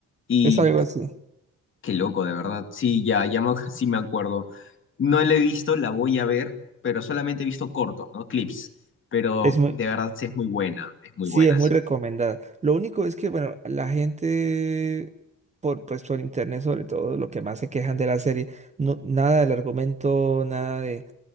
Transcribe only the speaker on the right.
es algo así.
Es muy
Sí,
es muy
recomendada. Lo único es que, bueno, la gente, por, pues por internet sobre todo, lo que más se quejan de la serie, no, nada del argumento, nada de,